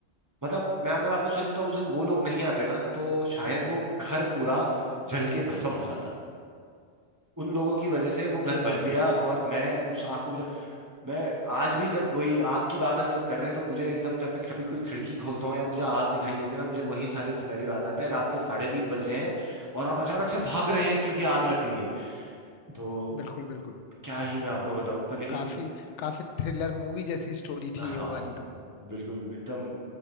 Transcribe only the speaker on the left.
अरे
बाप
रे
बिल्कुल बिल्कुल
काफी काफी थ्रिलर मूवी जैसी स्टोरी
थी
ये वाली
तो